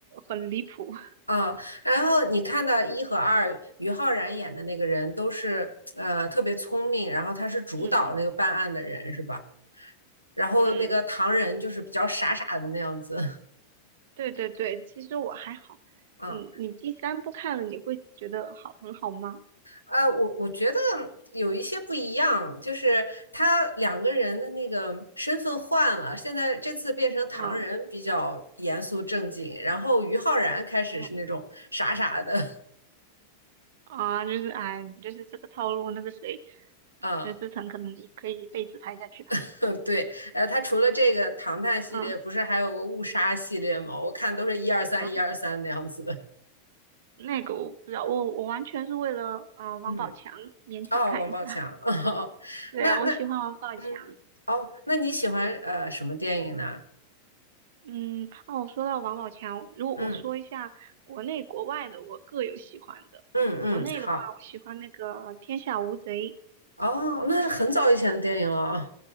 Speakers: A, on the right; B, on the left.
A: 很离谱。<laughs>
B: 嗯，然后你看到一和二，于浩然演的那个人都是呃特别聪明，然后他是主导那个办案的人是吧？
A: 嗯
B: 然后那个唐人就是比较傻傻的那样子，
A: 嗯，
B: <laughs>
A: 对对对，其实我还好。
B: 啊
A: 嗯，你第三部看了你会觉得好很好吗？
B: 啊，我我觉得有一些不一样，就是他两个人的那个身份换了，现在这次变成唐人比较严肃正经，
A: 嗯。
B: 然后于浩然开始是那种傻傻的，
A: 嗯啊，就是哎，就是这个套路，那个谁，
B: <laughs> 嗯
A: 陈思诚可能也可以一辈子拍下去吧。
B: <laughs> 对，呃，它除了这个唐探系列，
A: 嗯
B: 不是还有个误杀系列吗？我看都是一二三一二三那样子的。
A: 啊，那个我不知道，我我完全是为了啊呃王宝强勉强看一下。
B: 嗯，哦，王宝强，<laughs> 哦，
A: <laughs> 对啊，
B: 那那
A: 我喜欢王宝强。
B: 嗯，哦，那你喜欢呃什么电影呢？
A: 嗯，哦，说到王宝强，如果我说一下国内国外的，
B: 嗯
A: 我各有喜欢的。
B: 嗯嗯，
A: 国内的话，
B: 好，
A: 我喜欢那个《天下无贼》。
B: 哦，那是很早以前的电影了啊。